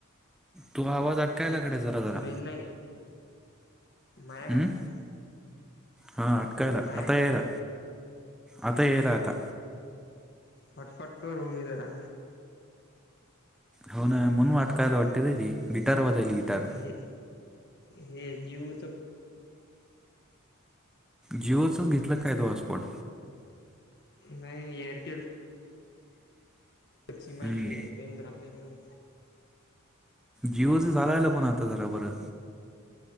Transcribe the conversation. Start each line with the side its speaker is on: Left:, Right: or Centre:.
Centre: तू आवाज आ. कायला कडे जरा जरा
Left: रेंज नाही माया
Centre: हम्.
Left: का
Centre: हा अटकायला
Left: माया
Centre: आता यायला आता यायला आता
Left: हॉटस्पॉट वर भूमी जरा
Centre: हो ना म्हणून वाटकायला वाटते रे ती गिटार वाजायली
Left: हे
Centre: गिटार
Left: हे जू
Centre: जिओचंच घेतलं काय तू हॉटस्पॉट
Left: नाही एअरटेल सिमा
Centre: हम्म
Left: रेंज जात नाही म्हणून
Centre: जीओचं चालायला पण आता जरा बरं